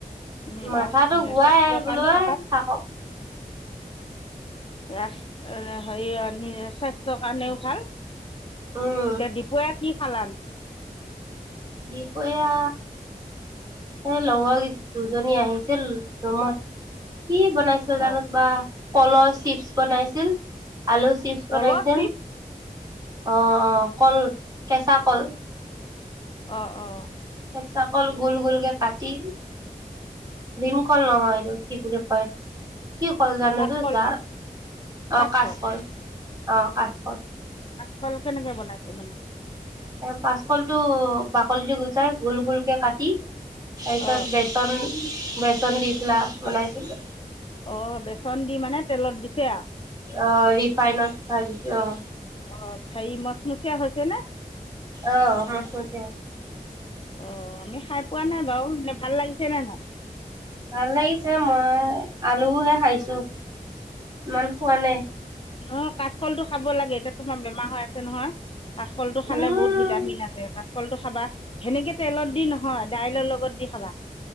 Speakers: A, on the left; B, on the right.
A: উম
B: মাথাতো
A: আহ
B: ঘোৱাই
A: স্বাস্থ্যৰ
B: বোলো
A: কাৰণেও ভাল
B: থাকক।
A: ৰাচ হেৰি অঁ স্বাস্থ্যৰ কাৰণেও ভাল। এতিয়া
B: উম
A: দূপৰিয়া কি খালানো?
B: দুপৰীয়া- এ লগৰ দুজনী আহিছিল ৰুমত কি বনাইছিল-
A: হয়
B: জানো কিবা কলৰ চিপছ বনাইছিল আলুৰ চিপছ
A: কলৰ
B: বনাইছিল-
A: চিপ
B: অঁ অঁ কল কেঁচা কল।
A: অঁ অঁ!
B: কেচা কল গোল গোল কে কাটি ভীমকল নহয় এইটো কি বুলি কয়। কি কল জানো
A: কাচকল
B: তো যা
A: নে?
B: অঁ
A: কাচকল
B: কাজকল অঁ কাচকল।
A: কল কেনেকে বনাইছে মানে?
B: কাচকল টো বাকলিটো গুচাই গোল গোল কে কাটি তাৰ
A: অ
B: পিছত বে- বেচন বেচন দি পেলাই বনাইছিলো।
A: অঁ বেচন দি মানে তেলত দিছে আও-
B: অঁ ৰিফাইনত ভাজিছে অঁ।
A: অঁ হেৰি মচমচীয়া হৈছে নে?
B: অঁ মছ মছিয়া।
A: অঁ আমি খাই পোৱা নাই বাৰু এনে ভাল লাগিছে নে নাই?
B: ভাল লাগিছে মই আলুহে খাইছোঁ ইমান খোৱা নাই।
A: ন কাচকলটো খাব লাগে এতিয়া তোমাৰ বেমাৰ হৈ আছে নহয়। কাচ কলটো খালে
B: উম
A: বহুত ভিটামিন আছে কাচ- কলটো খাবা সেনেকে তেলত দি নহয় দাইলৰ লগত দি খাবা।